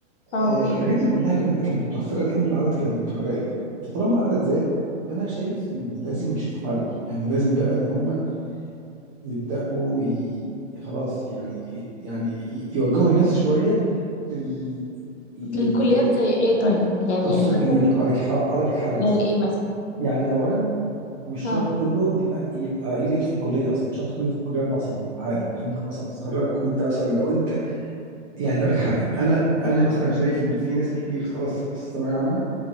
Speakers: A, on the left; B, on the right.
A: اه
B: آه الحاجات دي كلها كانت كانت متوفرة لأن العدد كان كان قليل فطالما العدد زاد أنا شايف إن لازم يشوف حل يعني لازم بقى إن هم يبدأوا ي... خلاص يعني يعني ي- يوجهوا الناس شوية لل... لل...
A: الكليات زي ايه طيب يعني
B: خاصات
A: مثلا
B: جديده هقول
A: كل-
B: لك هقول لك حاجه
A: زي
B: مثلا
A: ايه مثلا
B: يعني اولا مش شرط
A: اه
B: كله يبقى يبقى يدخل كليه اصلا مش شرط كله يدخل كليه اربع سنين عادي انت ممكن مثلا تتخرج وانت مثلا لو انت يعني اقول لك حاجه انا انا مثلا شايف ان في ناس كتير خلص الثانويه عامه